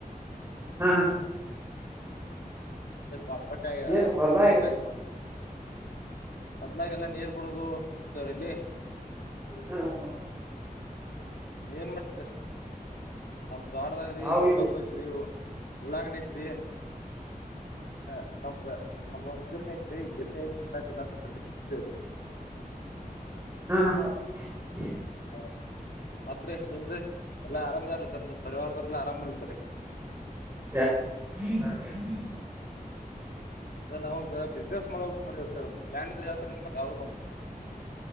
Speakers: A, on the right; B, on the left.
A: ಹಾ ಹಾ
B: <unintelligible>
A: ಏನ್ ಹೊಲ್ದಾಗ
B: ಎಲ್ಲಾ ಇದು ಮತ್ರ ಮೊದ್ಲಾಗೆಲ್ಲ ನೀರ್ ಕೊಡೋದು ತರು ಇಲ್ಲಿ
A: ಹಾ ಹಾ
B: ಏನ್ ಮಾಡ್ತರೀ ನಮ್ ತೋಡದಾಗ್ರಿ
A: ನಾವ್
B: ರೊಕ್ಕ
A: ಇಲ್ಲಿ
B: ಬೆಕರ್ರೀ ಉಳಾಗಡಿ ಐತ್ರಿ ಹಾ ನಮಗ ನಮಗೊಂದುಜೀರ್ನ ಅಯ್ತೆರಿ ಎಲ್ಲಿ ಎಲ್ಲಾ ಕೆಲ್ಸ <unintelligible>
A: ಹಾ ಹಾ ಹಾ ರೀ
B: ಹ ಮತ್ರಿ ನಿಮ್ದ ಎಲ್ಲಾ ಆರಾಮದಾರಲ ಸರ್ ನಿಮ್ ಪರಿವಾರದವ್ರಲ್ಲಾ ಆರಾಮ್ ಇಲ ಸರ್
A: <unintelligible> <inaudible>
B: ಸ ನಾವ ಒಂದ ಬಿಸ್ನೆಸ್ ಮಾಡ ಲ್ಯಾ ಇದ್ರ ಯಾವ ಸರ್ ಯಾವ್ದ್ರ ಒಂದು